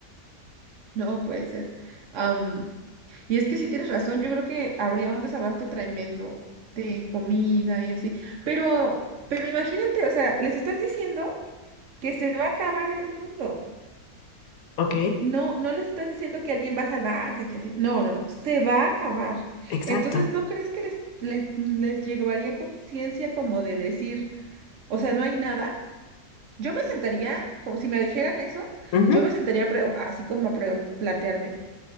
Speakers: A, on the right; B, on the left.
A: No puede ser. Am, y es que sí tienes razón, yo creo que habría un desabasto tremendo de comida y así. Pero, pero imagínate, o sea, les estás diciendo que se va a acabar el mundo.
B: Ok,
A: No, no les estás diciendo que alguien va a salvarse, que así. No, no, no. Se va a acabar.
B: exacto.
A: Entonces, ¿no crees que les, les, les llevaría conciencia como de decir, o sea, no hay nada? Yo me sentaría, como si me dijeran eso,
B: Ujú,
A: yo me sentaría a pre- así como a pre- plantearme,